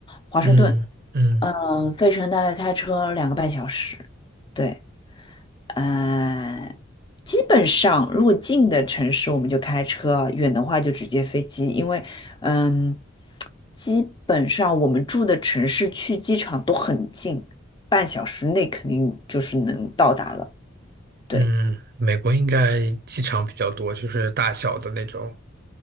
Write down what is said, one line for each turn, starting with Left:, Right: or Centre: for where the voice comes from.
Left: 华盛顿。
Right: 嗯嗯。
Left: 嗯、费城大概开车两个半小时。对，呃，基本上如果近的城市我们就开车，远的话就直接飞机，因为嗯，基本上我们住的城市去机场都很近，半小时内肯定就是能到达了。对。
Right: 嗯，美国应该机场比较多，就是大小的那种，